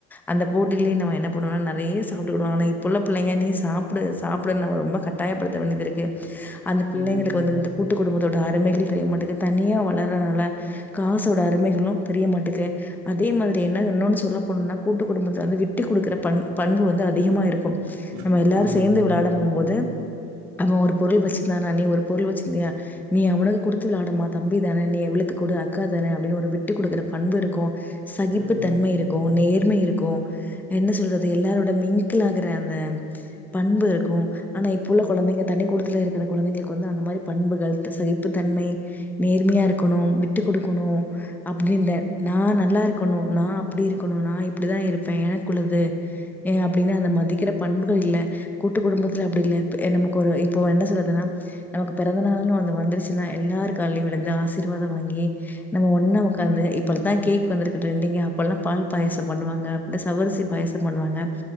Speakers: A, in the centre; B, on the right (about 60°).
A: அந்த போட்டிலையு நம்ம என்ன பண்ணுவ நெறைய சாப்ட்டுகிடுவ ஆனா இப்ப உள்ள பிள்ளைங்க நீ சாப்டு சாப்டு நம்மள ரொம்ப கட் ட்டாயப் படுத்த வேண்டிது இருக்கு அந்த
B: ம்.
A: பிள்ளைங்களுக்கு வந்து இந்த கூட்டு குடும்பத்தோட அருமைகள் தெரிய மாட்டேக்குது தனியா வளர்றனால காசோட அருமைகளு தெரிய மாட்டுக்கு அதே மாதிரி என்ன இன்னொன்னு சொல்ல போனுனா கூட்டு குடும்பத்துல வந்து விட்டு குடுக்குற பண் பண்பு வந்து அதிகமா இருக்கும்
B: இருக்கும்.
A: நம்ம எல்லாரு
B: ம்.
A: சேந்து
B: ம்.
A: வெளாட போம் போது அவ ஒரு பொருள் வச்சுந்தானா நீ ஒரு பொருள் வச்சுந்தியா நீ அவனுக்கு குடுத்து வெளாடுமா தம்பி தானே நீ இவளுக்கு குடு அ கா தானே அப்டின்னு ஒரு விட்டு குடுக்கற பண்பு இருக்கு சகிப்பு
B: ம்.
A: தன்மை இரு க்கு நேர்மை இருக்கு என்ன சொல்றது எல்லாரோட மிங்கிள் ஆகுற அந்த பண்பு இருக்கு ஆனா இப்ப உள்ள குழந்தைங்க தனிக் கூடத்துல இருக்கற குழந்தைங்களுக்கு வந்து அந்த மாறி பண்புகள் சகிப்புத் தன்மை நேர்மையா இருக்கணு விட்டு குடுக்கணு அப்டின்டே நா நல்லா இருக்கணு நா அப்டி இருக்கணு நா இப்டி தா இருப்பே எனக்குள்ளது ஏ அப்டின்னா அத மதிக்கற பண்புகள் இல்ல கூட்டு குடும்பத்துல அப்டி இல்ல நமக்கு ஒரு இப்போ என்ன சொல்றதுனா நமக்கு பிறந்த நாள்னு ஒன்னு வந்துச்சுன்னா எல்லாரு கால்லையு விழுந்து ஆசிர்வாத வாங்கி நம்ம ஒன்னா உக்காந்து இப்ப தா கேக் வந்துருக்கு ட்ரெண்டிங்கா அப்பல்லா பால் பாயச பண்ணுவாங்க இந்த ஜவ்வரிசி பாயச பண்ணுவாங்க